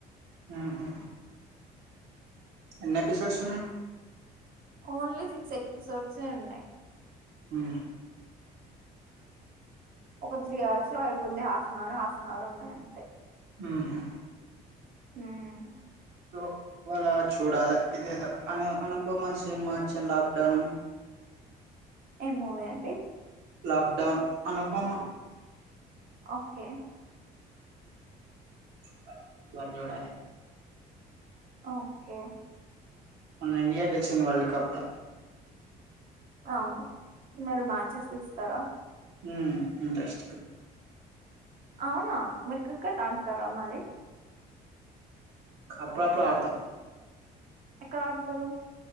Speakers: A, on the right (about 85°); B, on the right (about 60°).
A: ఊహు ఎన్ని ఎపిసోడ్స్ ఉన్నాయ్
B: ఓన్లీ సిక్ సెప్పి సోడ్సే ఉన్నాయ్
A: మ్
B: ఒక త్రీ అవర్స్ లో అయిపోద్ది half an hour half an hour ఉన్నాయి అంతే
A: ఊహు
B: మ్మ్
A: <unintelligible>
B: ఏమ్ మూవీ అండి
A: లాక్ డౌన్ అనుపమా
B: ఓకే
A: బర్ బర్ జూడాలే
B: ఓకె
A: మన్న ఇండియా గెలిచింది వరల్డ్ కప్ లో
B: అవును మరి మ్యాచెస్ చూస్తార
A: ఉమ్ ఇంట్రెస్ట్
B: అవునా మర క్రికెట్ ఆడతారా మరి
A: అప్పుడుప్పుడు ఆడతా
B: ఎక్కడ ఆడుతారు